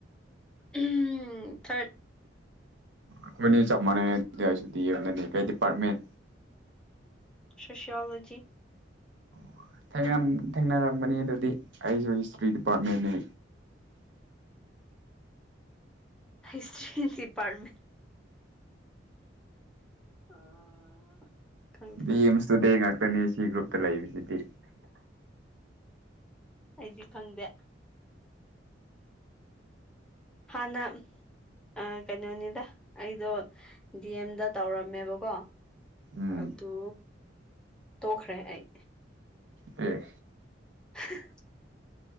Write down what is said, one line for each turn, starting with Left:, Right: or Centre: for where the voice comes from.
Centre: ꯑꯨꯝ ꯊꯥꯔꯠ
Right: ꯑꯩꯈꯣꯏꯅꯤ ꯆꯞ ꯃꯥꯟꯅꯩ ꯑꯩꯁꯨ ꯗꯤꯑꯦꯝꯗꯅꯤ ꯀꯩ ꯗꯤꯄꯥꯔꯠꯃꯦꯟ
Centre: ꯁꯣꯁꯤꯌꯣꯂꯣꯖꯤ
Right: ꯑꯣ <unintelligible> ꯊꯦꯡꯅꯔꯝꯒꯅꯤ ꯑꯗꯨꯗꯤ ꯑꯩꯁꯨ ꯍꯤꯁꯇ꯭ꯔꯤ ꯗꯤꯄꯥꯔꯠꯃꯦꯟꯅꯤ
Centre: ꯍꯤꯁꯇ꯭ꯔꯤꯗꯤꯄꯥꯔꯃꯦꯟ ꯑꯣ ꯈꯡꯗꯦ
Right: ꯗꯤ ꯑꯦꯝꯁ ꯁ꯭ꯇꯨꯗꯦ ꯉꯥꯛꯇꯅꯤ ꯁꯤ ꯒ꯭ꯔꯨꯞꯇ ꯂꯩꯕꯁꯤꯗꯤ
Centre: ꯑꯩꯗꯤ ꯈꯪꯗꯦ ꯍꯥꯟꯅ ꯑ ꯀꯩꯅꯣꯅꯤꯗ ꯑꯩꯗꯣ ꯗꯤ ꯑꯦꯝꯗ ꯇꯧꯔꯝꯃꯦꯕꯀꯣ
Right: ꯎꯝ
Centre: ꯑꯗꯨ ꯇꯣꯛꯈ꯭ꯔꯦ ꯑꯩ
Right: ꯑꯦ
Centre: <unintelligible>